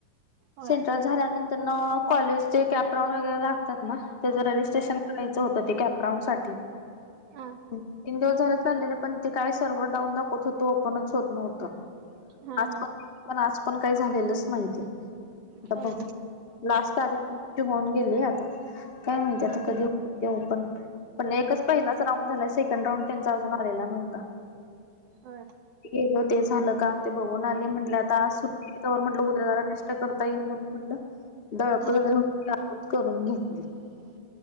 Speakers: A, on the right; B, on the left.
A: होय.
B: सेंट्रल झाल्यानंतर न कॉलेज चे कॅपराऊंड वगैरे लागतात ना त्याचं रजिस्ट्रेशन
A: हा.
B: करायचं होतं ते कॅपराऊंड सा
A: हा.
B: तीन दिवस झालं चाललेले पण ते काय सर्व्ह डाऊन दाखवत होतो ओपनच होत नव्हतं
A: हा
B: आज
A: हा.
B: पण पण आज पण काय झालेलंच माहिती आहे
A: होय.
B: आ बघ लास्ट तारीख पण तची होऊन गेली आता काय माणती
A: हा.
B: आता कधी पण पण एकच पहिलाच राऊंड झाला सेकंड राऊंड त्यांचा अजून आलेला नव्हता
A: हो
B: गेलं ते झालं काम ते बघून आले म्हटले आता आज सुट्टीवर म्हटलं उद्याला डस्ट करत म्ह म्हटलं दळप
A: हा.
B: वगैरे हो करून घेतली